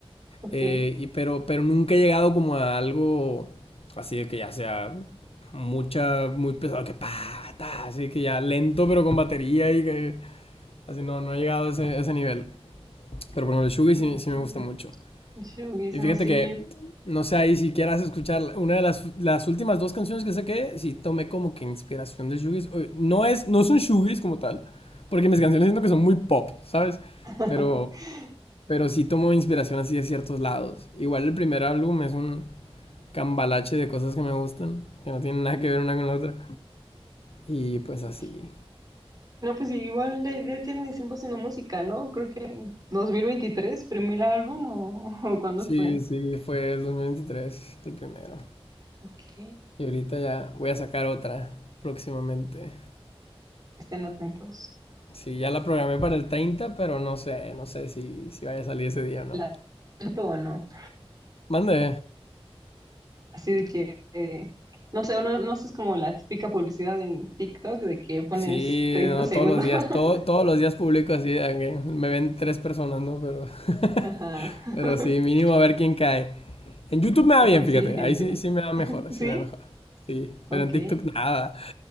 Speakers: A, on the right; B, on the left.
A: ok,
B: Eh, y pero, pero nunca he llegado como a algo así de que ya sea mucha, muy pesado, que pa, ta, así que ya lento pero con batería y que así no, no he llegado a ese, a ese nivel. Pero bueno ejemplo, el
A: no
B: Shugi sí,
A: sé,
B: sí me gusta mucho.
A: Shugis,
B: Y
A: no,
B: fíjate
A: sí,
B: que, no sé, ahí si quieras escuchar una de las, las últimas dos canciones que saqué, sí tomé como que inspiración de Shugis. No, es, no son Shugis como tal, porque mis canciones siento que son muy pop, ¿sabes?
A: <laughs>
B: Pero pero sí tomo inspiración así de ciertos lados. Igual el primer álbum es un cambalache de cosas que me gustan, que no tienen nada que ver una con la otra. Y pues
A: ok.
B: así.
A: No, pues sí, igual ya, ya tiene tiempo haciendo música, ¿no? Creo que 2023, primer álbum o, <laughs> o ¿cuándo
B: Sí,
A: fue?
B: sí, fue el 2023 el primero.
A: Ok,
B: Y ahorita ya voy a sacar otra próximamente.
A: estén atentos.
B: Sí, ya la programé para el 30 pero no sé, no sé si, si vaya a salir ese día o no.
A: ¿La tanto o no?
B: Mande.
A: Así de que, eh, no sé, no no sé, es como la típica publicidad en TikTok de que pones
B: Sí,
A: treinta
B: no,
A: segundos.
B: todos los días,
A: <laughs>
B: todo, todos los días publico así, aunque me ven tres personas, ¿no? Pero, <laughs>
A: Ajá, <laughs>
B: pero sí, mínimo a ver quién cae. En YouTube me da
A: y
B: bien,
A: consigue
B: fíjate.
A: gente.
B: Ahí sí, sí me da mejor,
A: ¿Sí?
B: sí me da mejor. Sí,
A: Ok.
B: pero en TikTok nada.